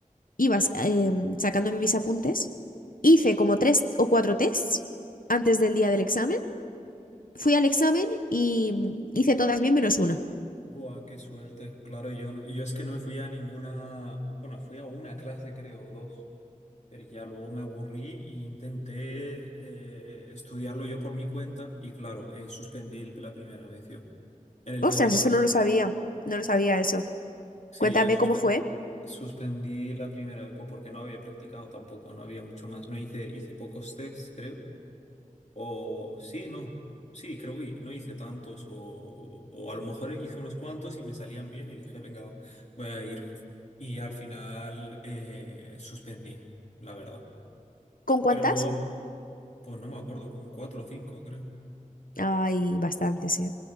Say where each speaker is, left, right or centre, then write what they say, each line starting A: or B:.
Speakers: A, on the left; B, on the left.
A: iba eh, sacándome mis apuntes, hice como tres o cuatro tests antes del día del examen, fui al examen y mm, hice todas bien menos una.
B: Buah, qué suerte. Claro, yo, no- yo es que no fui a ninguna, bueno, fui a una clase, creo, o dos, pero ya luego me aburrí e intenté eh, estudiarlo yo por mi cuenta y claro, eh, suspendí el- la primera vez yo, en el
A: Ostras,
B: teórico.
A: eso no lo sabía, no lo sabía eso.
B: Sí,
A: Cuéntame
B: yo suspe-
A: cómo fue,
B: suspendí la primera vez po- porque no había practicado tampoco, no había mucho más, no hice, hice pocos tests, creo. O sí, no. Sí, creo que no hice tantos o, o a lo mejor hice unos cuantos y me salían bien y dije, venga, voy a ir. Y al final eh, suspendí, la verdad.
A: con cuántas.
B: Pero luego, pues no me acuerdo, con cuatro o cinco creo,
A: Hay bastantes, ¿eh?